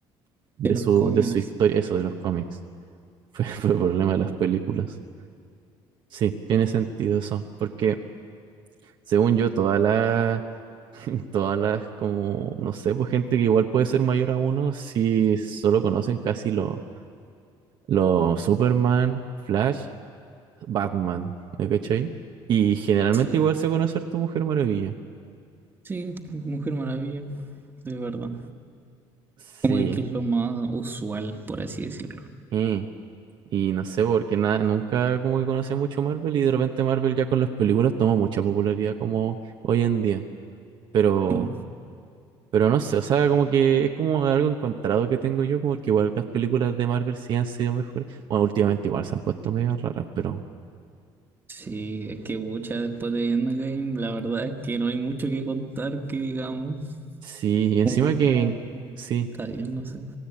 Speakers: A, on the right; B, on the right.
A: de
B: de los
A: su,
B: cómics.
A: de su historia, eso de los cómics, <laughs> fue, fue problema de las películas. Sí, tiene sentido eso, porque Según yo, todas las, todas las, <laughs> como, no sé, pues gente que igual puede ser mayor a uno, si solo conocen casi los los Superman, Flash, Batman, ¿me cachai? Y generalmente
B: Sí.
A: igual se conoce a tu Mujer Maravilla.
B: Sí, Mujer Maravilla. De verdad.
A: Sí,
B: Como que es lo más usual, por así decirlo.
A: eh, Y no sé, porque nada, nunca como que conocí mucho Marvel y de repente Marvel ya con las películas toma mucha popularidad como hoy en día. Pero
B: Sí.
A: Pero no sé, o sea, como que es como algo encontrado que tengo yo, como que igual las películas de Marvel sí han sido mejores. Bueno, últimamente igual se han puesto medio raras, pero
B: Sí, es que mucha después de Endgame, la verdad es que no hay mucho que contar que digamos.
A: sí, y encima
B: Como que es
A: que,
B: como.
A: en- sí,
B: Está bien, no sé.